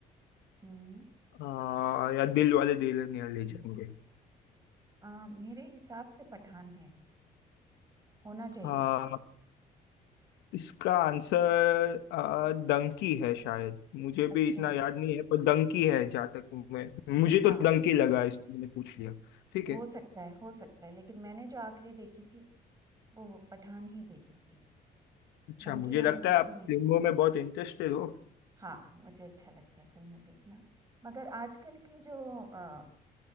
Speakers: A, on the right (about 20°); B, on the left (about 85°).
A: हम्म
B: आ, या दिल वाले दुल्हनिया ले जाएंगे
A: अ, मेरे हिसाब से पठान है होना चाहिए
B: आ, इसका आंसर अ, डंकी है शायद मुझे भी
A: अच्छा
B: इतना याद नहीं है पर डंकी है जहाँ तक मैं मुझे
A: हाँ
B: तो डंकी लगा इसलिए मैंने पूछ लिया ठीक
A: हो
B: है
A: सकता है हो सकता है लेकिन मैंने जो आखिरी देखी थी वो पठान ही देखी थी
B: अच्छा
A: डंकी
B: मुझे
A: मैंने
B: लगता
A: देखी
B: है आप
A: नहीं
B: फिल्मों
A: है
B: में बहुत इंटरेस्टेड हो
A: हाँ, मुझे अच्छा लगता है फ़िल्में देखना। मगर आजकल की जो अ,